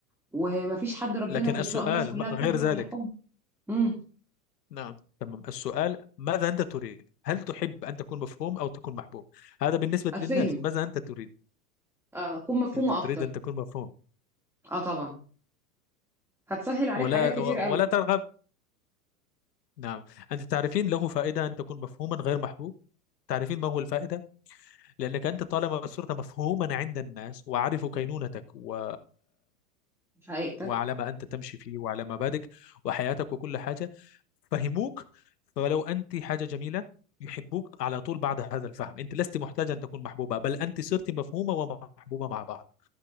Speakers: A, in the centre; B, on the left.
A: ومفيش حد ربنا
B: لكن
A: بيخلقه
B: السؤال
A: الناس كلها
B: م-
A: بتجمع
B: غير ذلك
A: على حب امم
B: نعم تمام السؤال ماذا أنت تريد هل تحب أن تكون مفهوم أو تكون محبوب هذا بالنسبة
A: اتفهم
B: للناس ماذا أنت تريد
A: آه اكون مفهومة
B: أنت تريد
A: اكتر
B: أن تكون مفهوم
A: اه طبعا هتسهل عليك
B: ولا
A: حاجات كتير
B: و-
A: قوي
B: ولا ترغب نعم أنت تعرفين له فائدة أن تكون مفهوما غير محبوب تعرفين ما هو الفائدة؟ لأنك أنت طالما صرت مفهوما عند الناس وعرفوا كينونتك و...
A: في حقيقتك
B: وعلى ما أنت تمشي فيه وعلى مبادئك وحياتك وكل حاجة فهموك فلو أنت حاجة جميلة يحبوك على طول بعد هذا الفهم أنت لست محتاجة أن تكون محبوبة بل أنت صرت مفهومة ومحبوبة مع بعض